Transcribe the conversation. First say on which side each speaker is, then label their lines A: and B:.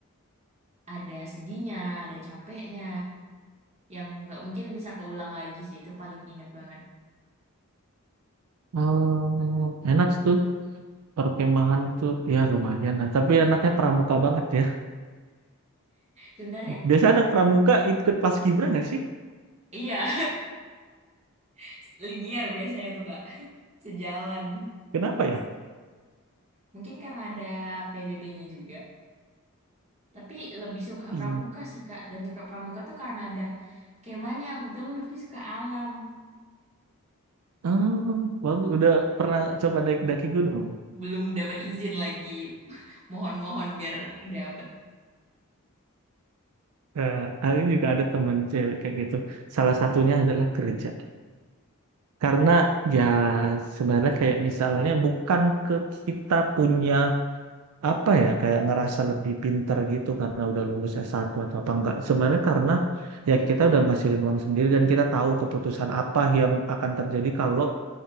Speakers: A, on the right (about 30°); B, on the right (about 80°).
A: ada sedihnya ada capeknya yang nggak mungkin bisa keulang lagi sih itu paling inget banget
B: Oh, enak tuh perkemahan tuh ya lumayan lah tapi anaknya pramuka banget ya
A: <laughs> sebenarnya
B: Biasa anak pramuka ikut paskibra nggak sih?
A: iya <laughs> linear biasanya tuh kak sejalan
B: Kenapa
A: pasti
B: ya?
A: sih. mungkin karena ada PBB-nya juga tapi lebih suka
B: Ih,
A: pramuka sih kak dan suka pramuka tuh karena ada kemahnya aku tuh lebih suka alam
B: Oh, bagus. Udah pernah coba naik daki gunung?
A: belum dapat izin lagi <laughs> mohon-mohon biar dapat
B: Eh, aku juga ada temen cewek kayak gitu. Salah satunya adalah kerja. Karena ya sebenarnya kayak misalnya bukan ke kita punya apa ya kayak ngerasa lebih pinter gitu karena udah lulus s satu atau apa enggak. Sebenarnya karena ya kita udah ngasilin uang sendiri dan kita tahu keputusan apa yang akan terjadi kalau